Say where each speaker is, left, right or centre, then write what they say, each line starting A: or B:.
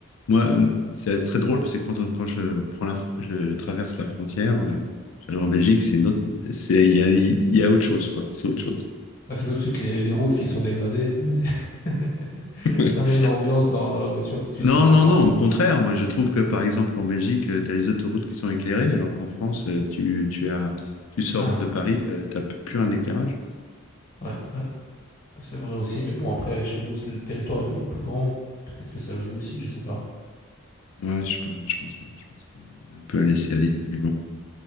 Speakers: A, on the left (about 70°); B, on the left (about 40°).
A: moi, euh, c'est très drôle parce que quand, on- quand je prends la, fr- je traverse la frontière, euh, j'arrive en Belgique, c'est une autre, c'est, il y a, il y a autre chose, quoi. C'est autre chose.
B: Ah, c'est tout de suite les, les routes qui sont dégradées. mais <laughs>
A: <laughs>
B: ça met une ambiance dans, dans la voiture, tout de suite
A: Non,
B: ça s'entend.
A: non, non, au contraire, moi je trouve que par exemple en Belgique, tu as les autoroutes qui sont éclairées, alors qu'en France, euh, tu, tu as, tu sors
B: Ah,
A: de Paris, tu t'as p- plus un éclairage.
B: ouais, ouais, c'est vrai aussi, mais bon, après, chez vous, le territoire est beaucoup plus grand. Peut-être que ça joue aussi, je sais pas.
A: Ouais, je, sais pas, je pense pas. Je pense qu'il a un peu à laisser aller, mais bon.